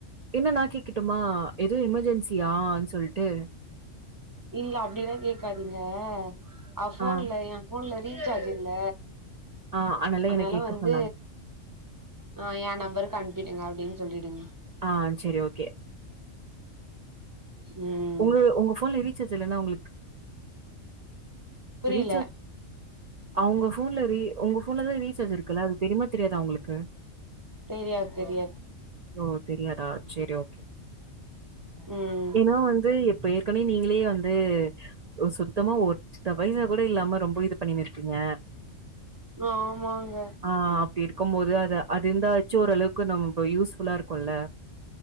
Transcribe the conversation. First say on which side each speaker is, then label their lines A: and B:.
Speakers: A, on the right; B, on the right.
A: என்ன நா கேக்கட்டுமா எதுவு எமெர்ஜென்சியானு சொல்லிட்டு
B: இல்ல அப்டியெல்லா கேட்காதீங்க அவ்போன்ல
A: ஆ
B: ஏ போன்ல ரீசார்ஜ்யில்ல
A: ஆ
B: அதனால
A: என்ன கேட்க
B: வந்து
A: சொன்னாங்க.
B: அ என் நம்பருக்கு அனுப்பிடுங்க அப்டின்னு சொல்லிடுங்க
A: ஆ செரி ஓகே
B: ம்
A: உங்க உங்க ஃபோன்ல ரீசார்ஜ் இல்லன்னா உங்களுக்
B: புரியல
A: ரீசார்ஜ் அவுங்க ஃபோன்ல ரீ உங்க ஃபோ ஃபோன்ல தான் ரீசார்ஜ் இருக்குல்ல அது தெரியுமா தெரியாதா உங்களுக்கு
B: தெரியாது தெரியாது
A: ஓ தெரியாதா சரி ஓகே
B: ம்
A: ஏனா வந்து எப் இப்ப ஏற்கனவே நீங்களே வந்து சுத்தமா ஒத்த பைசா கூட இல்லாம ரொம்ப இது பண்ணிணுருக்கீங்க
B: ஆமாங்க
A: ஆ இப்டி இருக்கு போது அது அது இருந்தாச்சு ஓரு அளவுக்கு நம்ப யூஸ்ஃபுல்லா இருக்கும்ல்ல